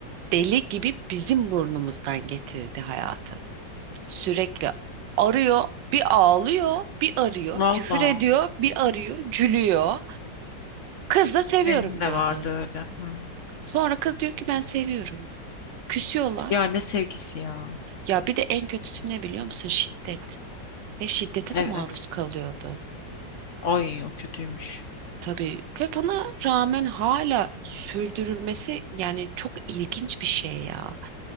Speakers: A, on the right; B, on the left.
A: deli gibi bizim burnumuzdan getirdi hayatı. Sürekli arıyor, bir ağlıyor, bir arıyor,
B: Valla
A: küfür ediyor, bir arıyor, gülüyor. Kız da seviyorum
B: benim de
A: diyordu.
B: vardı öyle. Hı.
A: Sonra kız diyor ki ben seviyorum. Küsüyorlar.
B: Ya ne sevgisi ya.
A: Ya bir de en kötüsü ne biliyor musun? Şiddet. Ve şiddete
B: Evet.
A: de maruz kalıyordu.
B: Ay o kötüymüş.
A: Tabii ve buna rağmen hala sürdürülmesi yani çok ilginç bir şey ya.